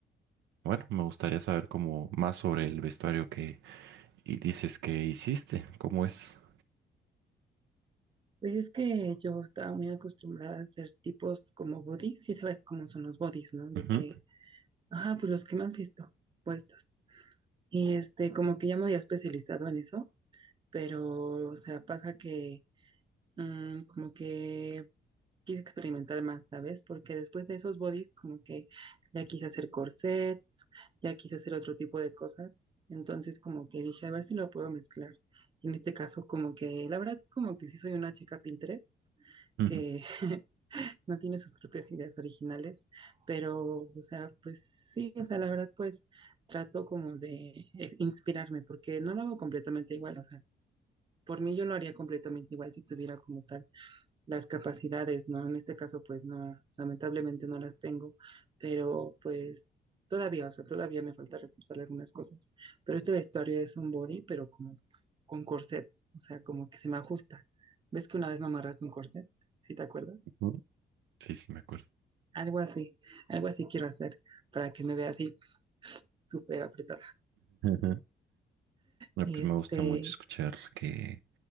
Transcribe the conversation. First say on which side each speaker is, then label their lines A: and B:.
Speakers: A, on the right; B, on the right.
A: bueno, me gustaría saber como más sobre el vestuario que y dices que hiciste, cómo es.
B: Pues es que yo estaba muy acostumbrada a hacer tipos como bodies, y sabes cómo son los bodies, ¿no? De
A: Ujú,
B: que, ajá, pues los que me han visto puestos. Y este, como que ya me había especializado en eso, pero, o sea, pasa que mm, como que quise experimentar más, ¿sabes? Porque después de esos bodies, como que ya quise hacer corsets, ya quise hacer otro tipo de cosas. Entonces, como que dije, a ver si lo puedo mezclar. Y en este caso, como que, la verdad es como que sí soy una chica Pinterest,
A: ujú,
B: que <laughs> no tiene sus propias ideas originales, pero, o sea, pues sí, o sea, la verdad, pues trato como de eh, inspirarme, porque no lo hago completamente igual, o sea, por mí yo lo haría completamente igual si tuviera como tal las capacidades, ¿no? En este caso, pues no, lamentablemente no las tengo, pero pues todavía, o sea, todavía me falta reforzar algunas cosas. Pero este vestuario es un body, pero como con corset, o sea, como que se me ajusta. ¿Ves que una vez me amarraste un corset? ¿Sí te acuerdas?
A: Ujú. Sí, sí, me acuerdo.
B: Algo así, algo así quiero hacer para que me vea así súper apretada.
A: <laughs> No,
B: Y
A: Pues
B: este,
A: me gusta mucho escuchar que